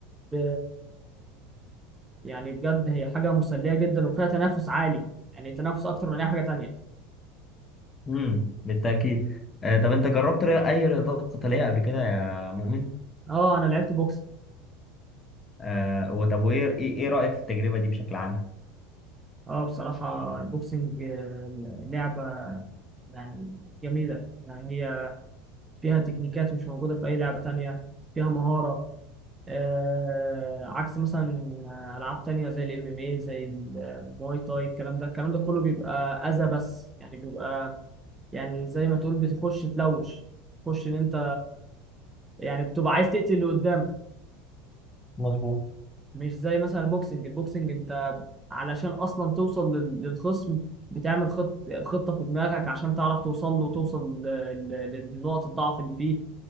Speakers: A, on the right; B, on the left.
A: ب... يعني بجد هي حاجه مسليه جدا وفيها تنافس عالي يعني تنافس اكتر من اي حاجه تانية
B: امم بالتاكيد آه طب انت جربت ري- اي رياضات قتاليه قبل كده يا مؤمن
A: اه انا لعبت بوكس
B: آه وطب وايه ايه إيه رايك في التجربه دي بشكل عام
A: اه بصراحه البوكسنج آه، لعبه يعني جميله يعني هي فيها تكنيكات مش موجوده في اي لعبه تانية فيها مهاره آه عكس مثلا العاب تانية زي الام ام اي زي المواي تاي الكلام ده الكلام ده كله بيبقى اذى بس يعني بيبقى يعني زي ما تقول بتخش تلوش تخش ان انت يعني بتبقى عايز تقتل اللي قدامك
B: مظبوط
A: مش زي مثلا البوكسنج البوكسنج انت علشان اصلا توصل لل- للخصم بتعمل خط خطة في دماغك عشان تعرف توصل له وتوصل ل- ل- لنقط الضعف اللي فيه